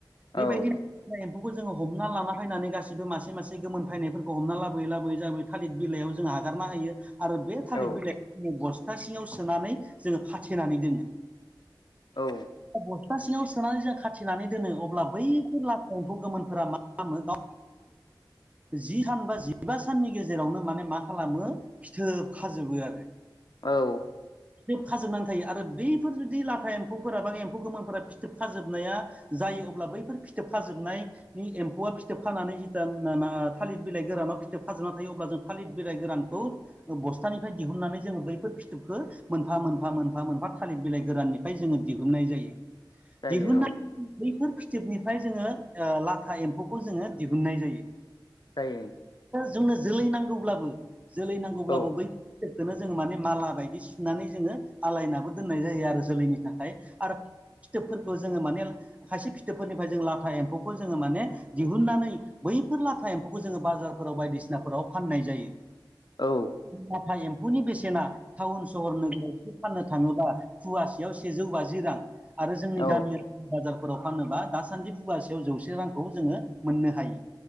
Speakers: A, on the right; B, on the left.
A: बैबायदिनो
B: औ
A: था एम्फौखौ जोङो हमना लाना फायनानै गासिबो मासे मासे गोमोन फैनायफोरखौ हमना लाबोयै लाबोयै लाबोयै थालिर बिलाइयाव जों आगारना होयो। आरो बे थालिर
B: औ
A: बिलाइखौ जोङो बस्था सिङाव सोनानै जोङो खाथेनानै दोनो।
B: औ।
A: बस्था सिङाव सोनानै जों खाथिनानै दोनो अब्ला बैफोर लाफा एम्फौ गोमोनफोरा मा <inaudible> जि सान बा जिबा साननि गेजेरावनो माने मा खालामो फिथोब खाजोबो आरो।
B: औ।
A: फिथोब खाजोबनानै थायो आरो बैफोर जुदि लाथा एम्फौफोरा बा एम्फौ गोमोनफोरा फिथोब खाजोबनाया जायो अब्ला बैफोर फिथोबफाजोबनाय बि एम्फौआ फिथोब खानानै जिथा ना आ थालिर बिलाइ गोरानाव फिथोब खाजोबना थायो अब्ला जों थालिद बिलाइ गोरानखौ बस्थानिफ्राय दिहुननानै जोङो बैफोर फि थोबखो मोनफा मोनफा मोनफा मोनफा थालिर बिलाइ गोराननिफ्राय जोङो दिहुननाय जायो।
B: जायो
A: दिहुनना
B: औ जायो
A: बैफोर फिथोबनिफ्राय जोङो ओ लाथा एम्फौखौ जोङो दिहुननाय जायो।
B: जायो।
A: जोंनो जोलै नांगौब्लाबो जोलै नांगौब्लाबो
B: औ
A: बैखौनो जोङो माने माला बायदि सुनानै जोङो आलायनाबबो दोननाय जायो आरो जोलैनि थाखाय आरो फिथोबफोरखौ जोङो माने खायसे फिथोबफोरनिफ्राय जों लाथा एम्फौखौ जोङो माने दिहुननानै बैफोर लाथा एम्फौखौ जोङो बाजारफोराव बायदिसिनाफोराव फाननाय जायो
B: औ
A: नाथाय एम्फौनि बेसेना टाउन सहर नोगोराव जुदि फाननो थाङोबा फुवासेयाव सेजौ बाजि रां आरो जोंनि
B: औ
A: गामि बाजारफोराव फानोबा दासान्दि फुवासेयाव जौसे रांखौ जोङो मोननो हायो